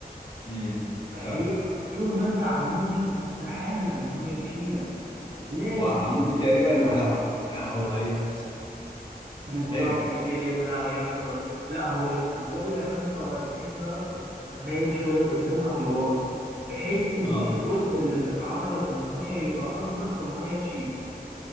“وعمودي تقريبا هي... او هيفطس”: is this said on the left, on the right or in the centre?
Left